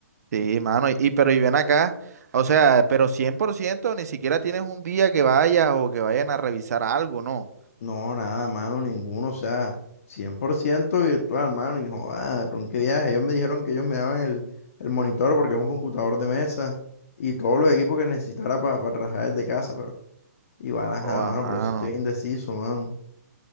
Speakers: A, on the right (about 65°); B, on the left (about 55°).
A: Sí, mano. Y, y pero y ven acá. O sea, pero 100% ni siquiera tienes un día que vayas o que vayan a revisar algo, ¿no?
B: No, nada, mano, ninguno, o sea, 100% virtual, mano, y joder, con qué viaje. Ellos me dijeron que ellos me daban el, el monitor porque es un computador de mesa y todos los equipos que necesitara para trabajar desde casa, pero igual, ajá,
A: Oh, a
B: mano,
A: mano.
B: por eso estoy indeciso, mano.